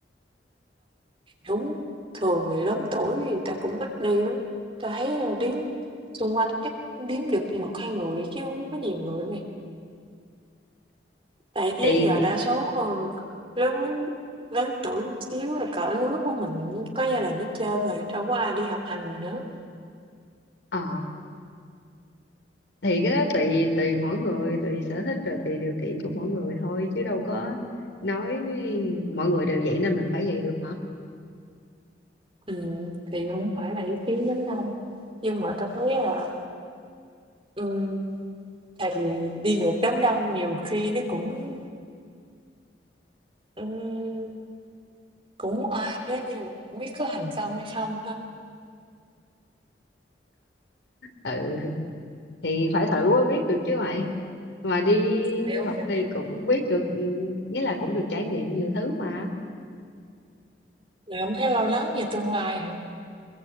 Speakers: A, on the right (about 30°); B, on the left (about 75°).
A: Đúng, thường người lớn tuổi thì ta cũng ít đi lắm, ta thấy, ơ, đếm xung quanh chắc điếm được một hai người chứ không có nhiều người Tại thế
B: thì
A: giờ đa số, ờ, lớn lớn tuổi một xíu là cỡ lứa của mình có gia đình hết trơn rồi, đâu có ai đi học hành gì nữa.
B: ờ, thì cái đó tùy tùy mỗi người tùy sở thích rồi tùy điều kiện của mỗi người thôi chứ đâu có nói mọi người đều vậy nên mình phải vậy được hả
A: Ừm, thì không phải là ý kiến đám đông, nhưng mà tao thấy là, ừm, tại đi ngược đám đông nhiều khi nó cũng, ừm, cũng oai á, nhưng mà hổng biết có thành công hay không ha?
B: ừ thì phải thử mới biết được chứ mày mà đi
A: Mày
B: du
A: không
B: học
A: thấy
B: thì cũng biết được ừ, nghĩa là cũng được trải nghiệm nhiều thứ mà
A: mày hông thấy lo lắng về tương lai hả?